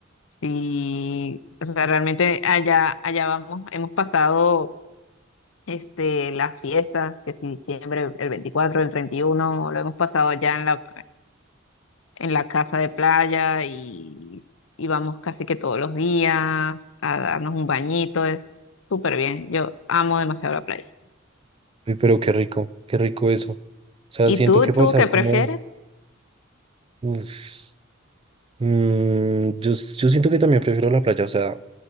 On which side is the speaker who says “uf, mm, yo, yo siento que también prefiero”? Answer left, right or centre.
Right